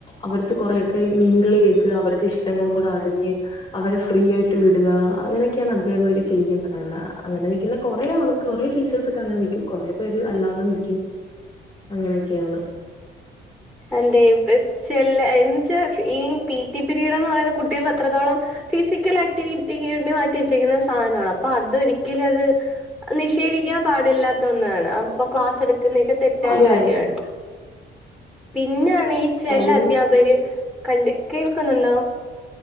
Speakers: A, on the left; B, in the centre.
A: അവർത്ത് കൊറെ ക്കെ മിംഗിളെ ചെയ്ത് അവരുടെ ഇഷ്ടങ്ങളും കൂടെ അറിഞ്ഞ് അവരെ ഫ്രീ ആയിട്ട് വിടുക അങ്ങനെയൊക്കേണ് അധ്യാപകര് ചെയ്യേണ്ടതന്ന അങ്ങനെ നിക്കിന്ന കുറെആൾ കുറെേടീച്ചേഴ്സൊക്കെ അങ്ങനെനിക്കും കുറേ പര് അല്ലാതെനിക്കും അങ്ങനെയൊക്കേണ്
B: എന്തേയും പേർ ചെല എന്ന്വച്ച ഫീഈ പീ റ്റി പിരീഡംന്ന് പറയുന്ന കുട്ടികൾക്ക് അത്രത്തോളം ഫിസിക്കലാആക്ടിവിറ്റികീർണി മാറ്റി വെച്ചിക്കിന്ന സാധനമാണ് അപ്പൊ അതൊരിക്കലും അത് നിഷേധിക്കാൻ പാടില്ലാത്ത ഒന്നാണ് അപ്പൊ ക്ലാസ്സ് എടുക്കുന്നതേക്കെ തെറ്റായ
A: അതെ
B: കാര്യമാണ് പിന്നാണ് ഈ ചെല
A: കാര്യം
B: അധ്യാപകര് കണ്ട് കേൾക്കുന്നുണ്ടോ